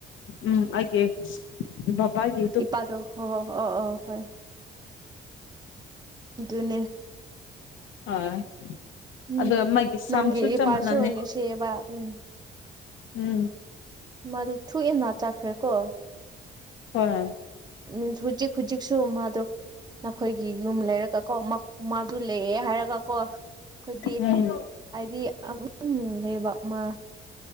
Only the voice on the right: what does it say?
ꯏꯄꯥꯗꯣ ꯍꯣ ꯍꯣ ꯑꯣ ꯑꯣ ꯍꯣꯏ ꯑꯗꯨꯅꯦ
ꯎꯝ
ꯅꯪꯒꯤ ꯏꯄꯥꯁꯨ
ꯅꯨꯡꯁꯤꯌꯦꯕ ꯎꯝ
ꯃꯥꯗꯨ ꯊꯨꯏꯟꯅ ꯆꯠꯈ꯭ꯔꯦ ꯀꯣ
ꯃꯤꯟꯁ ꯍꯧꯖꯤꯛ ꯍꯧꯖꯤꯛ ꯁꯨ ꯃꯥꯗꯣ ꯅꯈꯣꯏꯒꯤ ꯌꯨꯝ ꯂꯩꯔꯒ ꯀꯣ ꯃꯥꯗꯨ ꯂꯩꯔꯦ ꯍꯥꯏꯔꯒ ꯀꯣ ꯈꯣꯏꯗꯤ
ꯍꯥꯏꯗꯤ ꯑꯗꯨꯝ ꯂꯩꯕ ꯑꯃ